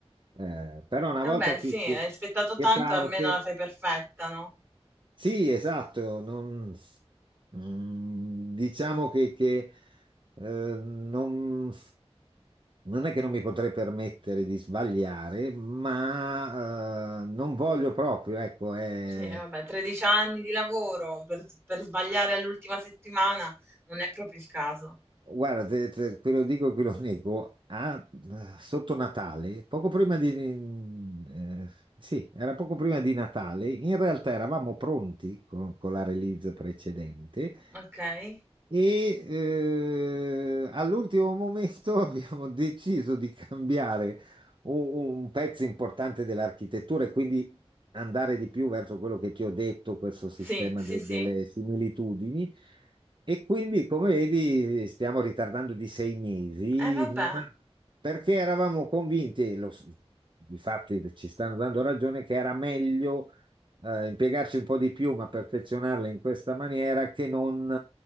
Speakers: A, on the right; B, on the right.
A: eh, però una
B: Vabbè
A: volta
B: sì,
A: che
B: hai
A: che-
B: aspettato
A: che
B: tanto,
A: parte.
B: almeno la fai perfetta, no?
A: Sì, esatto, non- mm, diciamo che, che, eh, non, non è che non mi potrei permettere di sbagliare, ma eh, non voglio proprio, ecco, è-
B: Sì, vabbè, 13 anni di lavoro per s per sbagliare all'ultima settimana non è proprio il caso.
A: guarda, te, te- te lo dico e te lo nego, a- eh, sotto Natale, poco prima di... mm, eh, sì, era poco prima di Natale, in realtà eravamo pronti con con la release precedente.
B: Okay.
A: E eh, all'ultimo momento <laughs> abbiamo deciso di cambiare un, un pezzo importante dell'architettura e quindi andare di più verso quello che ti ho detto, questo sistema
B: Sì, sì,
A: de-
B: sì.
A: delle similitudini. E quindi, come vedi, stiamo ritardando di sei mesi,
B: Eh, vabbè.
A: ma perché eravamo convinti, e lo, s- difatti ci stanno dando ragione, che era meglio eh, impiegarci un po' di più, ma perfezionarla in questa maniera che non